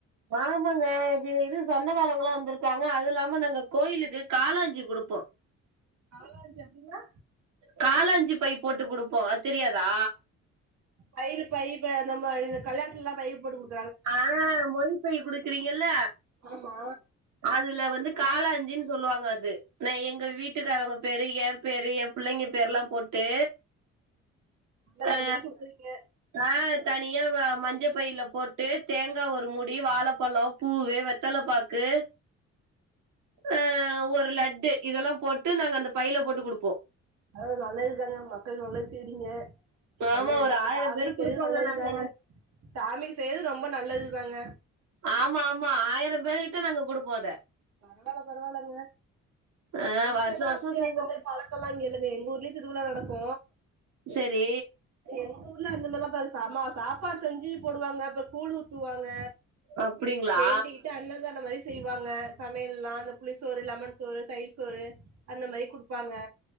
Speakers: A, on the right (about 80°); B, on the right (about 60°).
A: ஆமாங்க இது இது சொந்தக்காரங்கெல்லா வந்திருக்காங்க அது இல்லாம நாங்க கோயிலுக்கு காலாஞ்சி குடுப்போ
B: காலாஞ்சி அப்டினா
A: காலாஞ்சி பை போட்டு குடுப்போ அது தெரியாதா
B: கைல பை இப்ப நம்ம இந்த கல்யாணத்துல எல்லா பை போட்டு குடு
A: ஆ மொய் பை குடுக்கறீங்கல்ல
B: ஆமா
A: அதுல வந்து காலாஞ்சின்னு சொல்லுவாங்க அது நா எங்க வீட்டுக்காரவங்க பேரு என் பேரு என் புள்ளைங்க பேரெல்லா போட்டு
B: அன்னதானம்
A: அ
B: மாரி குடுக்குறீங்க
A: நா தனியா மஞ்ச பைல போட்டு தேங்கா ஒரு மூடி வாழப்பழோ பூவு, வெத்தல, பாக்கு அ ஒரு லட்டு இதெல்லாம் போட்டு நாங்க அந்த பைல போட்டு குடுப்போ
B: அதா நல்லதுதாங்க மக்கள் நல்லது செய்றீங்க நல்லதுதாங்க
A: ஆமா ஒரு ஆயிரம்
B: சாமிக்கு
A: பேருக்கு
B: செய்றது
A: குடுப்போங்க
B: நல்லதுதாங்க
A: நாங்க
B: சாமிக்கு செய்றது ரொம்ப நல்லதுதாங்க
A: ஆமாமா ஆயிரம் பேரு கிட்ட நாங்க குடுப்போ அத
B: பரவால்ல பரவால்லங்க
A: ஆ
B: இங்கெல்லா
A: வருஷ வருஷோ
B: அப்டி
A: செய்வோ
B: அந்த பழக்கல்லா இங்க இல்லங்க எங்க ஊர்லயு திருவிழா நடக்கு
A: செரி
B: எங்க ஊர்ல அந்த மாரில்லாம் ப ச ம சாப்பாடு செஞ்சு போடுவாங்க அப்றோ கூழ் ஊத்துவாங்க
A: அப்டிங்களா
B: வேண்டிகிட்டு அன்னதானம் மாரி செய்வாங்க சமையல்லா இந்த புளி சோறு, லெமன் சோறு, தயிர் சோறு அந்த மாரி குடுப்பாங்க